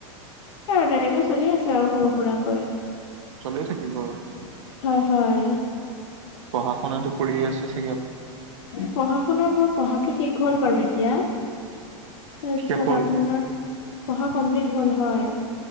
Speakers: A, on the left; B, on the right.
A: সেই আৰু তেনেকে চলি আছে আৰু সৰু সুৰাকৈ।
B: চলি থাকিব আৰু।
A: হয় হয়।
B: পঢ়া শুনাতো কৰিয়ে আছে চাগে আপুনি?
A: পঢ়া শুনানা মোৰ পঢ়াটো শেষ হ'ল বাৰু এতিয়া। তাৰপিছত
B: শেষ হ'ল
A: আপোনাৰ, পঢ়া কমপ্লিট হ'ল হয়।